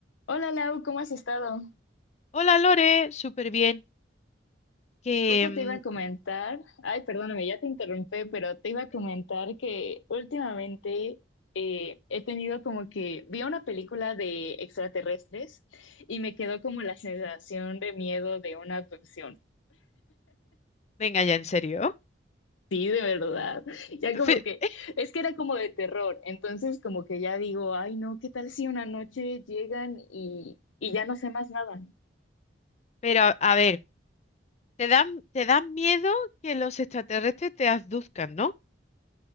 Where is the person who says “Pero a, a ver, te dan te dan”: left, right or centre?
Left